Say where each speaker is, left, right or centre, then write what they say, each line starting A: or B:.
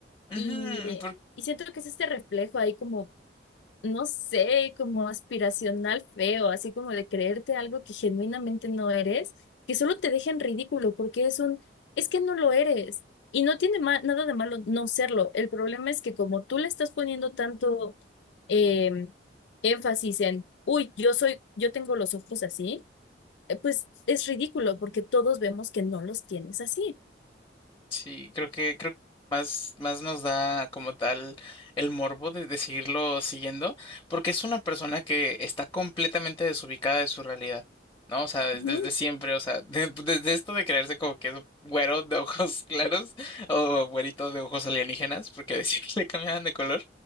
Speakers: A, on the left; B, on the left.
A: Ujú,
B: Y, y siento que es este reflejo ahí como no sé, como aspiracional feo, así como de creerte algo que genuinamente no eres, que solo te deja en ridículo porque es un, es que no lo eres. Y no tiene ma- nada de malo no serlo. El problema es que como tú le estás poniendo tanto em, énfasis en, uy, yo soy, yo tengo los ojos así, eh, pues es ridículo porque todos vemos que no los tienes así.
A: Sí, creo que, creo que más, más nos da como tal el morbo de, de seguirlo siguiendo, porque es una persona que está completamente desubicada de su realidad, ¿no? O sea, des-
B: Ujú.
A: desde, siempre, o sea, <laughs> de- desde esto de creerse como que es güero de ojos <laughs> claros o güerito de ojos alienígenas, porque <laughs> decía que le cambiaban de color.